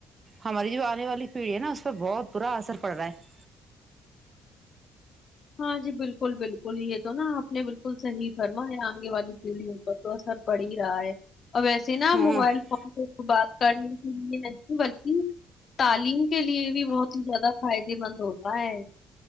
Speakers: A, on the right (about 40°); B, on the left (about 50°).
A: ہماری جو آنے والی پیڑھی ہے نا اس پر بہت برا اثر پڑ رہا ہے
B: ہاں جی بالکل بالکل یہ تو نا آپ نے بالکل صحیح فرما ہے آگے والی پیڑھیوں پر اثر پڑ ہی رہا ہے اور ویسے نا
A: ہوں
B: موبائل کو بات کرنی بلکی <unintelligible> تعلیم کے لیے بھی بہت ہی زیادہ فائدے مند ہوتا ہے